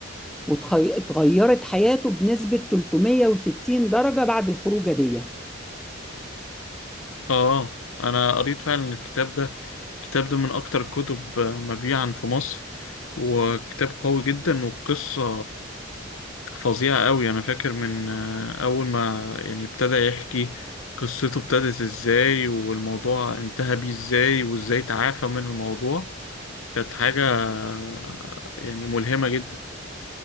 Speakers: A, in the centre; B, on the left.
A: واتغيرت حياته بنسبة 360 درجة بعد الخروجة دي
B: اه انا قريت فعلا الكتاب ده الكتاب ده من اكتر الكتب مبيعا في مصر وكتاب قوي جدا وقصة فظيعة قوي انا فاكر من آه، اول ما يعني ابتدى يحكي قصته ابتدت ازاي والموضوع انتهى بيه ازاي وازاي تعافى من الموضوع كانت حاجة آه، يعني ملهمة جدا